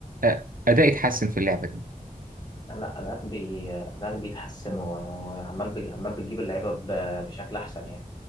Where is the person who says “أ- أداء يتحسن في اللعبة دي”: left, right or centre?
Right